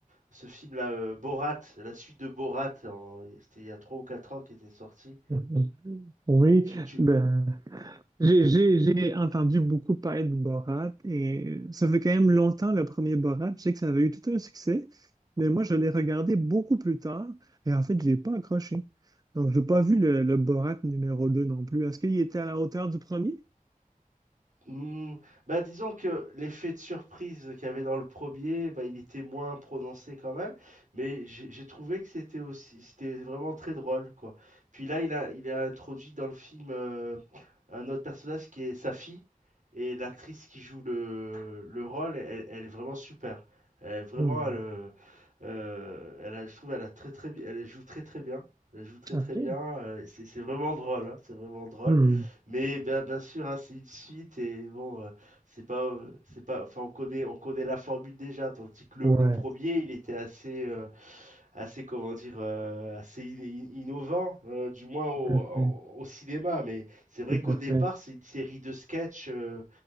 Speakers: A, on the right; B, on the right.
A: ce film-là, heu, Borat, la suite de Borat en c'était il y a 3 ou 4 ans qui était sorti.
B: <laughs> Oui,
A: Tu tu
B: ben, J'ai j'ai- j'ai entendu beaucoup parler de Borat et ça fait quand même longtemps le premier Borat. Je sais que ça avait eu tout un succès, mais moi je l'ai regardé beaucoup plus tard et en fait j'ai pas accroché. Donc j'ai pas vu le, le Borat numéro deux non plus. Est-ce qu'il était à la hauteur du premier?
A: Mmh, bah, disons que l'effet de surprise qu'il y avait dans le premier, bah, il était moins prononcé quand même, mais j'ai j'ai trouvé que c'était aussi, c'était vraiment très drôle, quoi. Puis là, il a, il a introduit dans le film euh, un autre personnage qui est sa fille, et l'actrice qui joue le, le rôle, elle, elle est vraiment super. Elle, vraiment,
B: Hmm,
A: elle, euh, euh, elle a- je trouve, elle a très très, bi- elle joue très très bien. Elle joue très
B: OK.
A: très bien. euh, C'est c'est vraiment drôle, hein, c'est vraiment drôle.
B: Hmm,
A: Mais bien, bien sûr, hein, c'est une suite et bon, euh, c'est pas, euh, c'est pas, enfin, on connaît, on connaît la formule déjà. Tandis que le,
B: Ouais,
A: le premier, il était assez, euh, assez, comment dire, euh, assez in- in- innovant, euh, du moins au,
B: tout à
A: en-
B: fait.
A: au cinéma. Mais c'est vrai
B: Tout
A: qu'au
B: à
A: départ,
B: fait.
A: c'est une série de sketchs. euh,